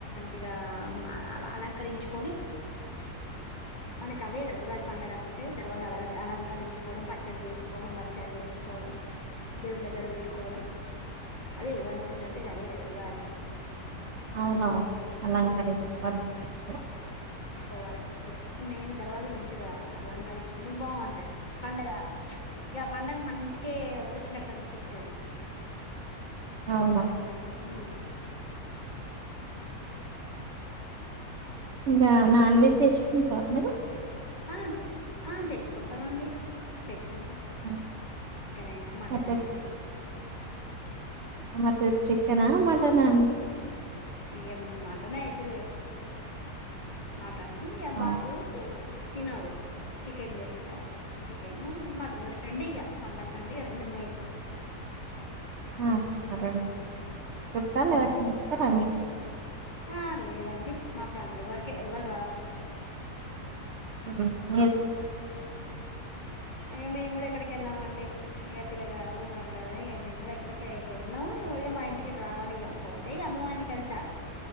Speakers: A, on the left (about 35°); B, on the right (about 60°).
A: ఇగ అలంకరించుకొని మనకి అదే కదా ఉగాది పండగ అంటే జెర అలంకరించుకోవడం పచ్చడి చేసుకోవడం బచ్చలు చేసుకోవడం దేవుని దగ్గర పెట్టుకోవడం అదే ఉగాది పచ్చడి అంటే ఇగ అదే కదా ఉగాది
B: అవున అంకరించుకోవాలి
A: ఉమ్
B: అని అనిపించిందా
A: కోవాలె ఎక్ మేయిన దర్వాజా మంచిగా అలంకరించుకుంటే బాగుంటది పండగ ఇక పండగ మన ఇంటికే వచ్చినట్టు అనిపిస్తుంది
B: అవునా
A: ఉమ్
B: ఉందా నాన్వెజ్ తెచ్ మీరు పంమేదు
A: ఆహ్ తెచ్చుకున్న ఆహ్ తెచుక్ తెచ్చుకుంటామండి తెచ్చు కుంట
B: ఆ,
A: చికెన్ అయినా మటన్
B: అట్లా
A: అయినా <inaudible>
B: ముట్టన్ చికెనా మటనా అండి
A: ఇం మటనే అయితురి మటన్ ఆ బాబు
B: అవునా
A: తినడు చికెన్ చేస్తా చికెను మటన్ రెండు ఇక పండగ అంటే ఇక రెండు మెయిన్
B: ఆ అర చట్టాల నమస్త ప్రమ
A: ఆ లేదండి మా ఫ్యామిలీ వర ే ఎవ్వరు రారు
B: అ
A: అక మేము కూడా ఎక్కడ ఎక్కకెళ్ళామండి ఇక పిల్లగాళ్ళు ఉన్నారు కదా ఇక మేము కూడా ఎక్కడికి వెెళ్ళాం ఎఊరిగా మా ఇంటికి రనిక పోతే ఇక అమ్మ వా ఇంటికి వెళ్తా